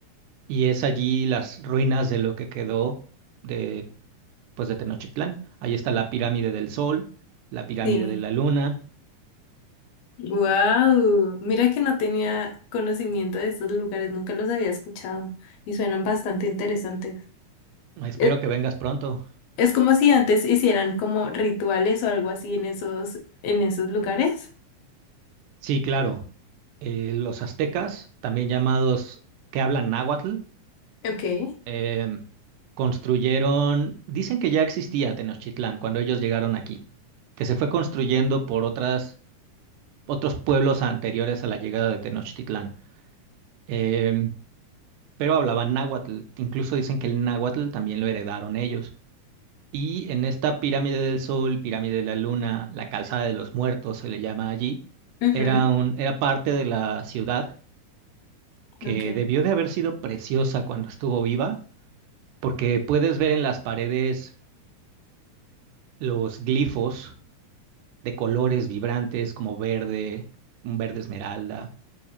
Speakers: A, on the right; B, on the left.
A: y es allí las ruinas de lo que quedó de pues de Tenochtitlán. Ahí está la pirámide del Sol, la pirámide
B: sí.
A: de la Luna.
B: Wow. Mira que no tenía conocimiento de estos lugares, nunca los había escuchado y suenan bastante interesantes.
A: Espero
B: Eh,
A: que vengas pronto.
B: Es como si antes hicieran como rituales o algo así en esos, en esos lugares.
A: Sí, claro. Eh, los aztecas, también llamados que hablan náhuatl,
B: Ok.
A: em, construyeron, dicen que ya existía Tenochtitlán cuando ellos llegaron aquí, que se fue construyendo por otras, otros pueblos anteriores a la llegada de Tenochtitlán, Em, pero hablaban náhuatl, incluso dicen que el náhuatl también lo heredaron ellos. Y en esta pirámide del Sol, pirámide de la Luna, la calzada de los muertos se le llama allí,
B: Ujú,
A: era un, era parte de la ciudad que
B: ok.
A: debió de haber sido preciosa cuando estuvo viva, porque puedes ver en las paredes los glifos de colores vibrantes como verde, un verde esmeralda,